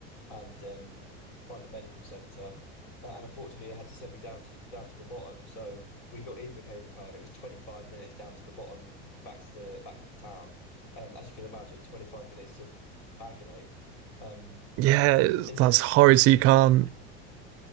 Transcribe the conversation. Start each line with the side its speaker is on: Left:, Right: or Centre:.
Left: and um, find a medical centre. Uh, and unfortunately, they had to send me down to down to the bottom. So we got in the cable car, and it was 25 minutes down to the bottom, back to the back to the town. Um, as you can imagine, 25 minutes of agony. Um,
Right: Yeah, it's-
Left: in the
Right: that's horrid. So
Left: in
Right: you
Left: the
Right: can't,
Left: air.